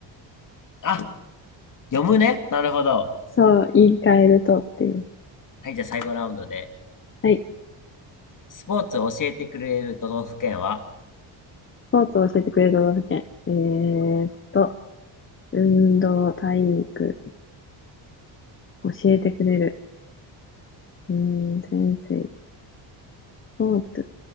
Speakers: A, on the left; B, on the left.
A: あ、読むね。なるほど。
B: そう、言い換えるとっていう。
A: はい、じゃあ最後ラウンドで。
B: はい。
A: スポーツを教えてくれる都道府県は
B: スポーツを教えてくれる都道府県。えーっと、運動、体育、教えてくれる。うーん、先生、スポーツ。